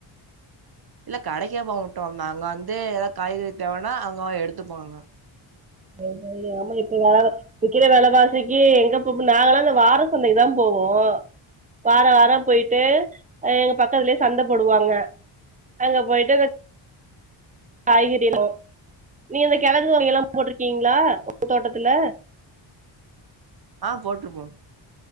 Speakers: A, on the right; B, on the right.
A: இல்ல கடைக்கே போ மாட்டோ நாங்க வந்து எதா காய்கறி தேவனா அங்க போய் எடுத்துப்போ நாங்க
B: சேரி சேரி ஆமா இப்ப வேற விக்கிற வெலவாசிக்கு எங்கப்போ இப்ப நாங்கலா இந்த வார சந்தைக்கு தா போவோ வார வார போயிட்டு அ இங்க பக்கத்துலே சந்த போடுவாங்க அங்க போயட்டு ரெண் காய்கறிகளு நீங்க இந்த கெழங்கு வகைலா போட்ருக்கீங்ளா உங்க தோட்டத்துல
A: ஆ போட்ருப்போ